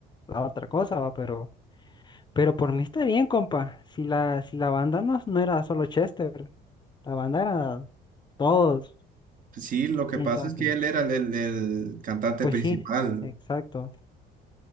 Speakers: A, on the left; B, on the right.
A: la otra cosa, va, pero, pero por mí está bien, compa. Si la, si la banda no, no era solo Chester. La bandera, todos.
B: Sí, lo que
A: Y
B: pasa
A: entonces,
B: es que él era el, el- el cantante
A: pues
B: principal.
A: sí, exacto.